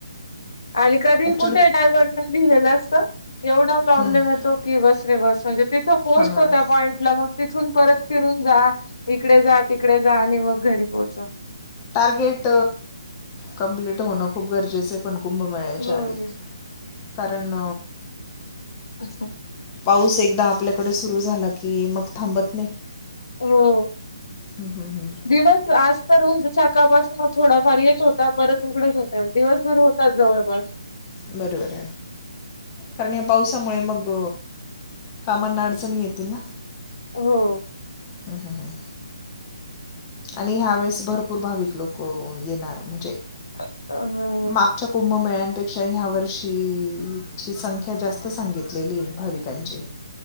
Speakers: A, on the left; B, on the left.
A: आणि कधी
B: ॲक्च्युली
A: कुठे डायवर लं अस एवढा प्रॉब्लेम
B: हो
A: येतो की बस रे बस म्हणजे तिथं पोहोचतो
B: ना हो ना
A: त्या पॉईंटला मग तिथून परत फिरून जा इकडे जा तिकडे जा आणि मग घरी पोहोचा
B: टार्गेट कंप्लीट होणं खूप गरजेचं पण कुंभ मिळाच्या
A: हम्म
B: आधी कारण
A: अा
B: पाऊस एकदा आपल्याकडे सुरू झाला की मग थांबत नाही
A: हो
B: हं, हं, हं.
A: दिवस आज तर म्हणजे साकाळपासून मग थोडाफार येत होता परत उघडत होत दिवसभर होतात जवळपास
B: बरोबर कारण या पास त्यामुळे मग कामांना अडचणी येतील ना
A: हो
B: ह ह हां आणि ह्या वेळेस भरपूर भाविक लोक येणार म्हणजे
A: अ हा
B: मागच्या कुंभमेळ्यांपेक्षा ह्या वर्षीची संख्या जास्त सांगित घलेली आहे भाविकांची